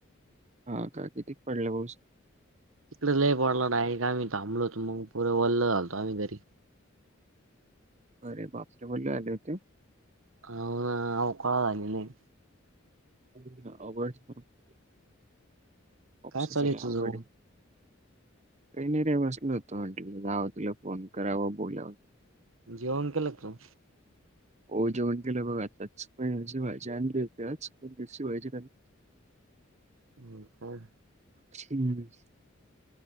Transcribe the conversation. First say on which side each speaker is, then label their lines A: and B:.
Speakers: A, on the right; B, on the right.
A: हा का किती पडला पाऊस
B: तिकडे लया पडला झाडाखाली आम्ही थांबलो होतो. मग पुरे वल्ल झालतो आम्ही घरी
A: अरे बापरे, वले आले होते.
B: हो ना काव आली लय
A: <unintelligible> पस
B: काय चालू
A: सगवकडे
B: आहे तुझं
A: <unintelligible> काही नाही रे बसल होतं. म्हटलं जावं तुला फोन करावा बोलावं.
B: जेवन केलं का तू?
A: हो जेवण केलं बघा आताच पनीरची भाजी आणली होती आज पण ते <unintelligible>
B: हम्म का
A: हम्म.